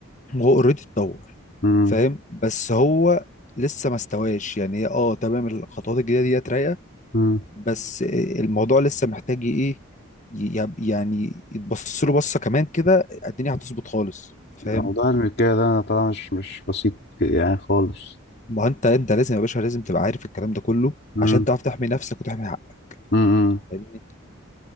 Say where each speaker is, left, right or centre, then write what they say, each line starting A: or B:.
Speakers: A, on the left; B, on the left.
A: هو اوريدي اتطور
B: امم
A: فاهم بس هو لسه ما استواش يعني هي اه تمام الخطوات الجديده ديت رايقه
B: امم
A: بس الموضوع لسه محتاج ايه ي- يعني يتبص له بصه كمان كده الدنيا هتظبط خالص فاهم
B: موضوع الملكية ده أنا طبعا مش مش بسيط يعني خالص
A: ما هو انت انت لازم يا باشا لازم تبقى عارف الكلام ده كله
B: امم
A: عشان تعرف تحمي نفسك وتحمي حقك
B: امم
A: فاهمني؟